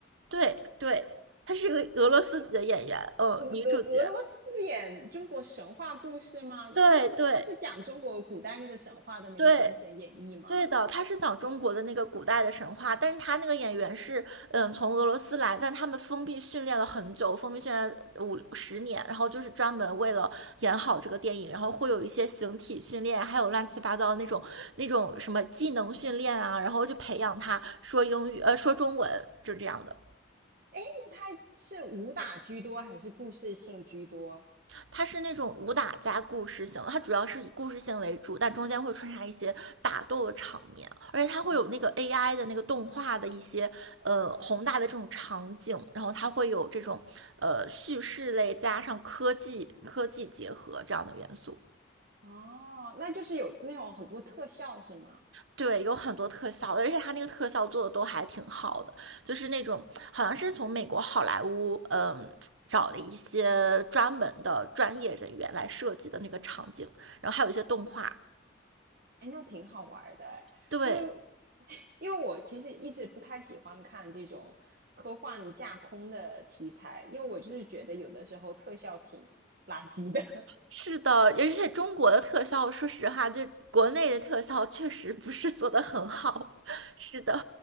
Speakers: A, on the right; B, on the right.
A: 对对，他是一个俄罗斯籍的演员，嗯，
B: 俄俄俄罗斯演中国神话故事吗？
A: 女主角，对对。
B: 封他是讲中国古代那个神话的那个《封神演义》吗？
A: 对对的，他是讲中国的那个古代的神话，但是他那个演员是，嗯，从俄罗斯来，但他们封闭训练了很久，封闭训练五十年，然后就是专门为了演好这个电影，然后会有一些形体训练，还有乱七八糟的那种那种什么技能训练啊，然后就培养他说英语，呃，说中文，就这样的。
B: 那他是武打居多还是故事性居多？
A: 它是那种武打加故事性，它主要是以故事性为主，但中间会穿插一些打斗的场面，而且它会有那个
B: 嗯，
A: AI 的那个动画的一些呃宏大的这种场景，然后它会有这种呃叙事类加上科技科技结合这样的元素。
B: 哦，那就是有那种很多特效是吗？
A: 对，有很多特效，而且它那个特效做的都还挺好的，就是那种好像是从美国好莱坞嗯呃找了一些专门的专业人员来设计的那个场景，然后还有一些动画。
B: 哎，那挺好玩儿的诶因为
A: 对，
B: <laughs> 因为我其实一直不太喜欢看这种科幻架空的题材，因为我就是觉得有的时候特效挺垃圾的。
A: 是的，而且中国的特效，说实话，就国内的特效确实不是做的很好。<laughs> 是的，